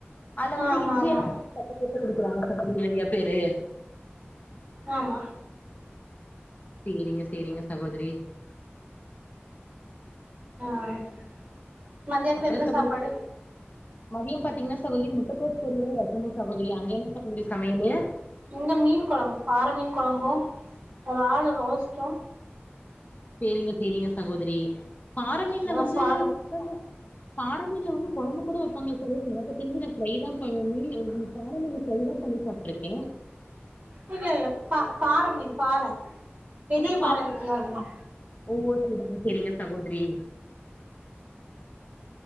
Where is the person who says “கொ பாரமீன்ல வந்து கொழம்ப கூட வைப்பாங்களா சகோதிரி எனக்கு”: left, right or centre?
Left